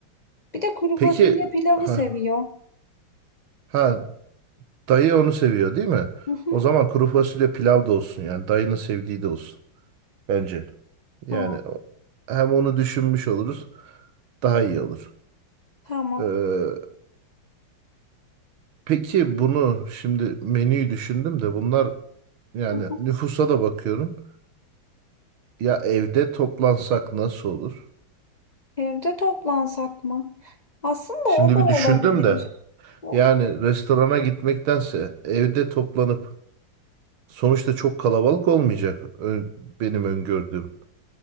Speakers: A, on the left; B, on the right.
A: Bir de kuru
B: Peki
A: fasulye pilavı
B: ha,
A: seviyor.
B: ha dayı onu seviyor değil mi?
A: Hı hı.
B: O zaman kuru fasulye pilav da olsun yani dayının sevdiği de olsun bence. Yani
A: Tamam.
B: o- hem onu düşünmüş oluruz daha iyi olur.
A: Tamam.
B: Ee, Peki bunu şimdi menüyü düşündüm de bunlar yani
A: Hı hı.
B: nüfusa da bakıyorum. Ya evde toplansak nasıl olur?
A: Evde toplansak mı? Aslında
B: Şimdi
A: o da
B: bir
A: olabilir.
B: düşündüm de
A: O-
B: yani restorana gitmektense evde toplanıp sonuçta çok kalabalık olmayacak ö- benim öngördüğüm.